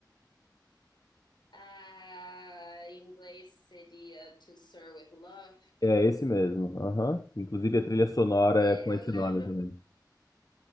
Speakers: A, on the left; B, on the left.
A: Ah, em inglês seria To Sir with Love.
B: É esse mesmo, aham. Inclusive, a trilha sonora
A: É,
B: é com esse
A: eu lembro,
B: nome também.